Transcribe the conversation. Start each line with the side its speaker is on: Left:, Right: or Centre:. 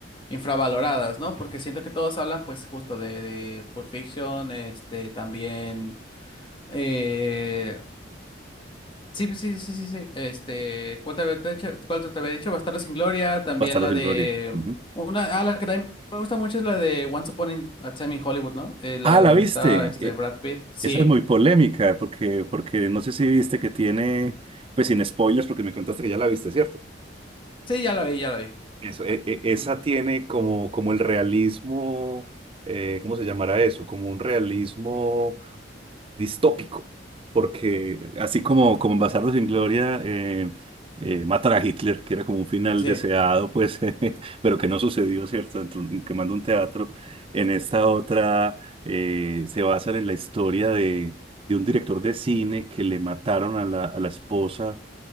Left: infravaloradas, ¿no? Porque siento que todos hablan pues justo de, de Pulp Fiction, este, también... eh, Sí, pues sí, sí, sí, sí. Este, ¿cuál te había dicho? ¿Cuál te había dicho? Bastardos sin Gloria, también
Right: Bastardos
Left: la
Right: sin
Left: de
Right: Gloria. Ujú.
Left: una, ah, la que también me gusta mucho es la de Once Upon in- a Time in Hollywood, ¿no? Eh, la
Right: Ah, ¿la
Left: donde
Right: viste?
Left: está este
Right: Eh,
Left: Brad Pitt. Sí,
Right: esa es muy polémica, porque, porque no sé si viste que tiene, pues sin spoilers, porque me contaste que ya la viste, ¿cierto?
Left: sí, ya la vi, ya la vi.
Right: Eso, e- e- esa
Left: Ujú.
Right: tiene como, como el realismo, eh, ¿cómo se llamará eso? Como un realismo distópico, porque así como, como en Bastardos sin Gloria eh, eh, matan a Hitler, que era como un final
Left: Sí,
Right: deseado, pues, <laughs> pero que no sucedió, ¿cierto? Dentro, quemando un teatro, en esta otra eh, se basa en la historia de, de un director de cine que le mataron a la, a la esposa